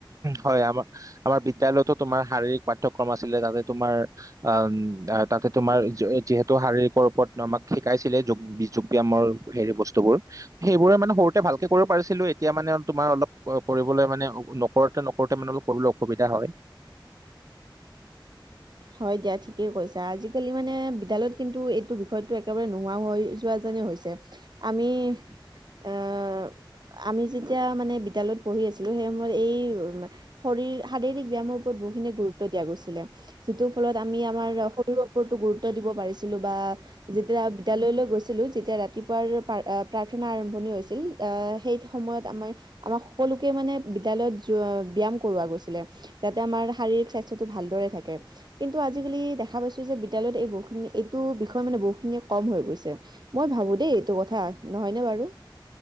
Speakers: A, on the right; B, on the right.
A: হয় আমাৰ আমাৰ বিদ্যালয়টো তোমাৰ শাৰীৰিক পাঠ্যক্ৰম আছিলে, তাতে তোমাৰ অ তাতে তোমাৰ যিহেতু শাৰীৰিকৰ ওপৰত আমাক শিকাইছিলে যোগ যোগ ব্যায়ামৰ হেৰি বস্তু বোৰ সেইবোৰে মানে সৰুতে ভালকে কৰিব পাৰিছিলো এতিয়া মানে তোমাৰ অলপ কৰিবলৈ মানে নকৰোঁতে নকৰোঁতে মানে অলপ কৰিবলৈ অসুবিধা হয়।
B: হয় দিয়া ঠিকেই কৈছা আজিকালি মানে বিদ্যালয়ত কিন্তু এইটো বিষয়টো একেবাৰে নোহোৱা হৈ যোৱা যেনে হৈছে আমি
A: <inaudible>
B: আহ আমি যেতিয়া মানে বিদ্যালয়ত পঢ়ি আছিলোঁ সেই সময়ত এই শৰীৰ শাৰীৰিক ব্যায়ামৰ ওপৰত বহুখিনি গুৰুত্ব দিয়া গৈছিলে। যিটোৰ ফলত আমি আমাৰ শৰীৰৰ ওপৰতো গুৰুত্ব দিব পাৰিছিলোঁ বা যেতিয়া বিদ্যালয়লৈ গৈছিলোঁ তেতিয়া ৰাতিপুৱাৰ প্ৰা-আ, প্ৰাৰ্থনা আৰম্ভণি হৈছিল আ, সেই সময়ত আমাৰ আমাৰ সকলোকে মানে বিদ্যালয়ত যোৱা ব্যায়াম কৰোৱা গৈছিলে। যাতে আমাৰ শাৰীৰিক স্বাস্থ্যটো ভালদৰে থাকে। কিন্তু আজিকালি দেখা পাইছোঁ যে, বিদ্যালয়ত এই বহুখিনি এইটো বিষয় মানে বহুখিনিয়ে কম হৈ গৈছে। মই ভাবোঁ দেই এইটো কথা নহয়নে বাৰু?